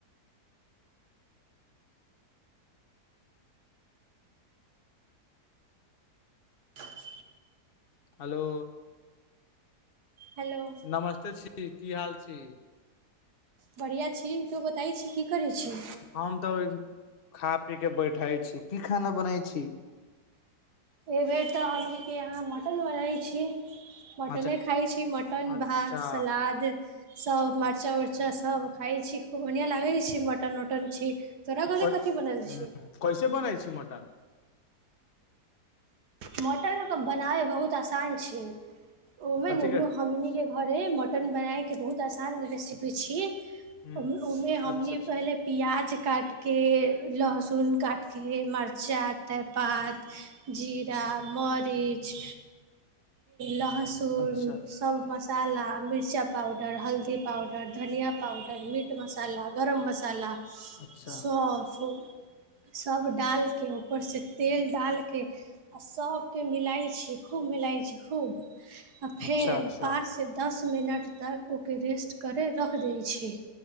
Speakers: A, on the right; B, on the left.
A: <inaudible>
B: हेलो
A: हेलो
B: नमस्ते छी की हाल छी
A: बढ़िआँ छी तू बताइ छी की करै छी
B: हम तऽ खा पी क बैठे छी की खाना बनै छी
A: एहि बेेर तऽ हमनी के यहाँ मटन बनाै छी मटने
B: अच्छा
A: खाइ छी मटन
B: अच्छा
A: भात सलाद सब मरचा उर्चा सब खाइ छी खूब बढ़िआँ लागै छै मटन उटन छी तोरा घरे
B: क
A: कथी बनल
B: ह
A: छी
B: कैसे बनाय छी मटन
A: मटनके बनाइ बहुत आसान छी ओमेनु
B: कथी कथी
A: हमनी के घरे मटन बनाय के बहुत आसान बझै रेसिपी छी
B: ह
A: ओहिमे हमनी
B: अच्छा
A: पहिले प्याज काटके लहसुन काटके मरचा तैपात जीरा मर रीच लहसुन
B: अच्छा
A: सब मसाला मिरचा पाउडर हल्दी पाउडर धनिया पाउडर मीट मसाला गरम मसाला
B: अच्छा
A: सॉफ सब डालके ऊपरसे तेल डालके आ सब के मिलाय छी खूब मिलाय छी खूब आ फेर
B: अच्छा अच्छा
A: पाँच से दस मिनट तक ओकर रेस्ट करै रख दै छी